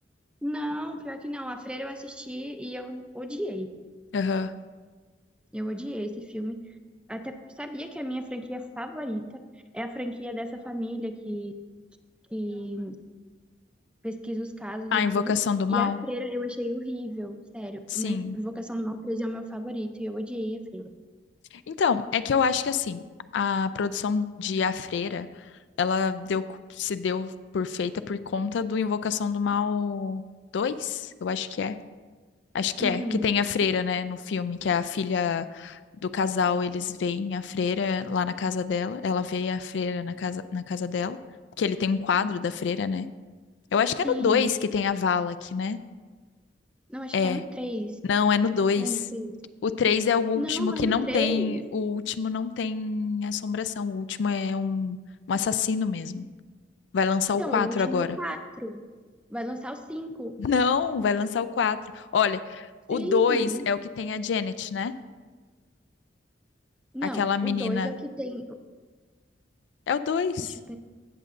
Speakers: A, in the centre; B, on the left (about 80°).
A: Não, pior que não. A Freira eu assisti e eu odiei.
B: Aham.
A: Eu odiei esse filme. Até sabia que a minha franquia favorita é a franquia dessa família que, que pesquiso os casos
B: A
A: e
B: Invocação
A: tudo.
B: do Mal?
A: E a freira eu achei horrível, sério.
B: Sim.
A: O meu Invocação do Mal três é o meu favorito e eu odiei a freira.
B: Então, é que eu acho que assim, a produção de A Freira, ela deu, se deu por feita por conta do Invocação do Mal dois. eu acho que é. Acho que
A: Uhum.
B: é, que tem a freira, né, no filme, que é a filha do casal, eles veem a freira lá na casa dela, ela vê a freira na casa, na casa dela, que ele tem um quadro da freira, né? Eu acho que
A: Sim.
B: é no 2 que tem a Valak, né?
A: Não, acho
B: É.
A: que é no três,
B: Não, é no 2.
A: Não é no 3.
B: O 3 é o último
A: Não,
B: que
A: é no
B: não
A: 3.
B: tem. O último não tem assombração. O último é um, um assassino mesmo. Vai lançar
A: Então,
B: o 4
A: o último
B: agora.
A: é o 4.
B: <laughs>
A: Vai lançar o 5.
B: Não, vai lançar o 4. Olha, o
A: Sim.
B: 2 é o que tem a Janet, né?
A: Não,
B: Aquela
A: o
B: menina.
A: 2 é o que tem.
B: É o 2?
A: Deixa eu pensar.